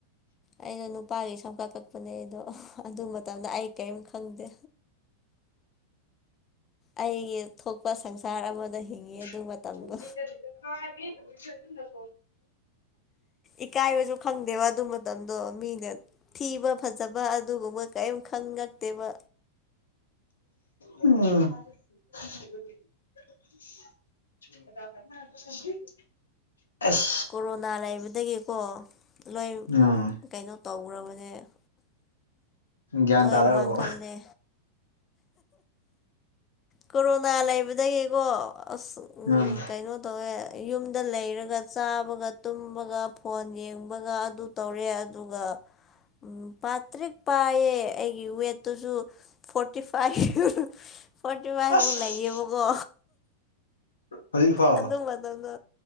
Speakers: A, on the left (about 25°); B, on the left (about 70°).
A: ꯑꯩꯅ ꯅꯨꯄꯥꯒꯤ ꯁꯝ ꯀꯥ ꯀꯛꯄꯅꯦ ꯑꯗꯣ ꯑꯗꯨ ꯃꯇꯝꯗ ꯑꯩ ꯀꯔꯤꯝ ꯈꯪꯗꯦ ꯑꯩꯒꯤ ꯊꯣꯛꯄ ꯁꯪꯁꯥꯔ ꯑꯃꯗ ꯍꯤꯡꯉꯤ ꯑꯗꯨ
B: ꯑꯗꯨ
A: ꯃꯇꯝꯗꯣ ꯏꯀꯥꯏꯕꯁꯨ ꯈꯪꯗꯦꯕ ꯑꯗꯨ ꯃꯇꯝꯗꯣ ꯃꯤꯅ ꯊꯤꯕ ꯐꯖꯕ ꯑꯗꯨꯒꯨꯝꯕ ꯀꯔꯤꯝ ꯈꯪꯉꯛꯇꯦꯕ
B: ꯎꯝ <unintelligible> <unintelligible> ꯑꯁ
A: ꯀꯣꯔꯣꯅꯥ ꯂꯩꯕꯗꯒꯤꯀꯣ ꯂꯣꯏ
B: ꯑꯥ
A: ꯀꯩꯅꯣ ꯇꯧꯈ꯭ꯔꯕꯅꯦ
B: ꯭ꯌꯥꯟ
A: ꯂꯣꯏ
B: ꯇꯔꯦ
A: ꯃꯥꯡꯍꯜꯂꯦ
B: ꯍꯕꯣ
A: ꯀꯣꯔꯣꯅꯥ ꯂꯩꯕꯗꯒꯤꯀꯣ ꯑꯁ
B: ꯎꯝ
A: ꯀꯩꯅꯣ ꯇꯧꯋꯦ ꯌꯨꯝꯗ ꯂꯩꯔꯒ ꯆꯥꯕꯒ ꯇꯨꯝꯕꯒ ꯐꯣꯟ ꯌꯦꯡꯕꯒ ꯑꯗꯨ ꯇꯧꯔꯦ ꯑꯗꯨꯒ ꯎꯝ ꯄꯥꯇ꯭ꯔꯤꯛ ꯄꯥꯏꯌꯦ ꯑꯩꯒꯤ ꯋꯦꯠꯇꯨꯁꯨ ꯐꯣꯔꯇꯤ ꯐꯥꯏꯚ ꯐꯣꯔꯇꯤ ꯐꯥꯏꯚ
B: ꯑꯁ
A: ꯃꯛ ꯂꯩꯕꯀꯣ
B: ꯍꯧꯖꯤꯛꯐꯥꯎ
A: ꯑꯗꯨ ꯃ ꯃꯇꯝꯗꯣ